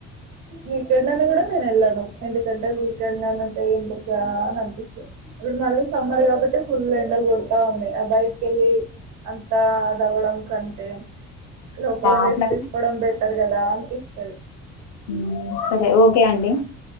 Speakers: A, on the right (about 85°); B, on the left (about 70°).
A: వీకెండ్ అని కూడా నేను వెళ్ళాను ఎందుకంటే వీకెండ్ అన్నా అంటే ఎందుకు ఆ అని అనిపిస్తది ఇప్పుడు మళ్ళీ సమ్మర్ కాబట్టి ఫుల్ ఎండలు కొడు తుంది ఆ బయటకు వెళ్లి అంతా అది అవడం కంతే లోపల
B: అట్లా
A: రెస్ట్ తీసుకోవడం బెటర్ కదా అనిపిస్తది
B: హ్మ్. సరే ఓకే అండి